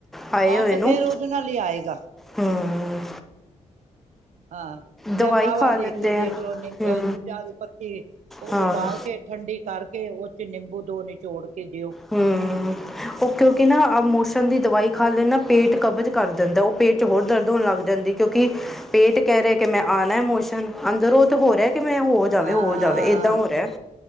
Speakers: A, in the centre; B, on the right (about 70°).
A: ਆਏ
B: ਹਾਂ
A: ਹੋਏ
B: ਤੇ
A: ਨੂੰ
B: ਫੇਰ ਉਦੇ ਨਾਲ ਹੀ ਆਏਗਾ
A: ਹੂੰ
B: ਹਾਂ
A: ਦਵਾਈ
B: ਜਾਂ ਕਾਹਵਾ
A: ਖਾ
B: ਦੇਖ
A: ਲੈਂਦੇ
B: ਕੇ ਦੇਖ
A: ਆ
B: ਲਓ ਨਿੰਬ
A: ਹੂੰ
B: ਚ ਦੀ ਪੱਤੀ ਉਹ
A: ਹਾਂ
B: ਉਬਾਲ ਕੇ ਠੰਡੀ ਕਰਕੇ ਉਹ ਤੇ ਨਿੰਬੂ ਦੋ ਨਿਚੋੜ ਕੇ ਦਿਓ
A: ਹੂੰ ਓਕੇ-ਓਕੇ ਨਾ ਦੀ ਦਵਾਈ ਖਾ ਲੈ ਨਾ ਪੇਟ ਕਬਜ਼ ਕਰ ਦਿੰਦਾ ਉਹ ਪੇਟ ਚ ਹੋਰ ਦਰਦ ਹੋਣ ਲੱਗ ਜਾਂਦੀ ਕਿਉਂਕਿ ਪੇਟ ਕੈ ਰਿਹਾ ਕਿ ਮੈਂ ਆਣਾ ਇਮੋਸ਼ਨ ਅੰਦਰੋਂ ਤੇ ਹੋਰ ਹੈ? ਕਿਵੇ ਹੋ ਜਾਵੇ
B: ਹਾਂ
A: ਹੋ ਜਾਵੇ ਏਦਾਂ ਹੋ ਰਿਹਾ ਹੈ?